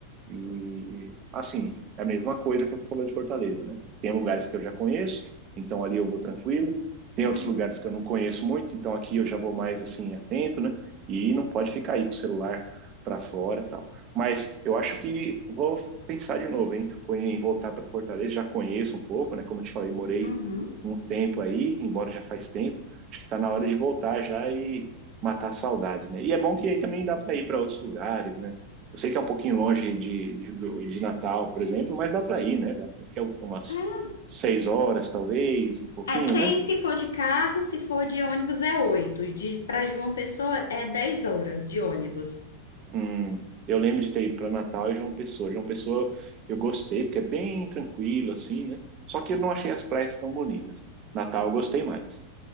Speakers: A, on the right; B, on the left.
A: E, assim, é a mesma coisa que eu falei de Fortaleza, né? Tem lugares que eu já conheço, então ali eu vou tranquilo. Tem
B: Uhum.
A: outros lugares que eu não conheço muito, então aqui eu já vou mais, assim, atento, né? E não pode ficar aí com o celular para fora e tal. Mas eu acho que vou pensar de novo, hein? Em voltar para Fortaleza, já conheço um pouco, né? Como eu te falei, morei
B: Uhum.
A: um tempo aí, embora já faz tempo Acho que tá na hora de voltar já e matar a saudade, né? E é bom que aí também dá para ir para outros lugares, né? Eu sei que é um pouquinho longe de, de, do- de Natal, por exemplo, mas dá para ir, né? Dá, que é umas
B: É,
A: seis horas, talvez, um pouquinho,
B: É, sei
A: né?
B: se for de carro, se for de ônibus é 8. De, para João Pessoa é 10 horas de ônibus.
A: Hum, eu lembro de ter ido para Natal e João Pessoa. João Pessoa eu gostei, porque é bem tranquilo, assim, né? Só que eu não achei as praias tão bonitas. Natal eu gostei mais.